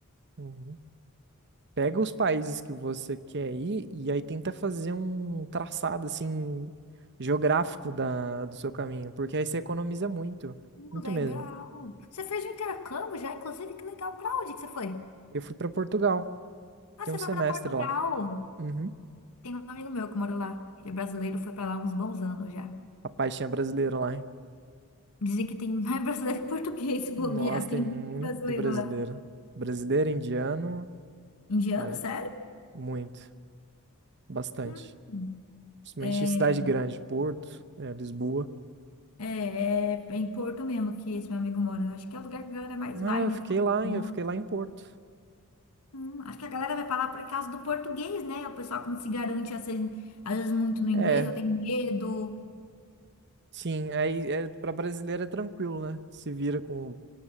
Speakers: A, on the right; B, on the left.
A: Uhum. Pega os países que você quer ir e aí tenta fazer um traçado assim geográfico da, do seu caminho, porque aí você economiza muito,
B: Uh,
A: muito
B: legal.
A: mesmo.
B: Você fez um intercâmbio já, inclusive, que legal. Pra onde que você foi?
A: Eu fui pra Portugal,
B: Ah,
A: fiquei
B: você
A: um semestre
B: foi pra Portugal.
A: lá. Uhum.
B: Tem um amigo meu que mora lá. Ele é brasileiro, foi pra lá há uns bons anos já.
A: Rapaz, tinha brasileiro lá, hein?
B: Dizem que tem mais <laughs> brasileiro que português, se bobear.
A: Nossa,
B: Tem
A: tem muito
B: muito brasileiro
A: brasileiro.
B: lá.
A: Brasileiro, indiano,
B: Indiano,
A: é,
B: sério?
A: muito, bastante.
B: Hum.
A: Principalmente
B: É,
A: em cidade grande, Porto, é, Lisboa.
B: é, é é em Porto mesmo que esse meu amigo mora. Acho que é o lugar que a galera mais
A: Não,
B: vai,
A: eu
B: né?
A: fiquei
B: Porto,
A: lá,
B: Bom.
A: hein? Eu fiquei lá em Porto.
B: Hum, acho que a galera vai falar por causa do português, né? O pessoal que não se garante, assim, às vezes, muito no inglês,
A: É,
B: ou tem medo
A: Sim, aí é, para brasileiro é tranquilo, né? Se vira com,